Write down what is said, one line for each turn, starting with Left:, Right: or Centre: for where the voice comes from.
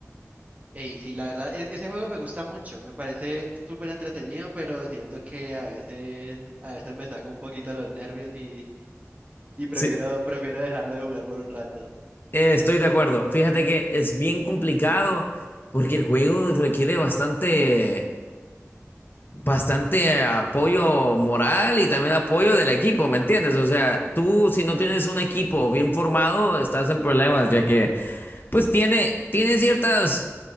Right: Ey, sí, la verdad, e- ese juego me gusta mucho, me parece súper entretenido, pero siento que a veces, a veces me saca un poquito los nervios y, y prefiero,
Left: Sí,
Right: prefiero dejarlo de jugar por un rato.
Left: eh, estoy de acuerdo. Fíjate que es bien complicado porque el juego requiere bastante, bastante apoyo moral y también apoyo del equipo, ¿me entiendes? O sea, tú si no tienes un equipo bien formado, estás en problemas, ya que pues tiene, tiene ciertas,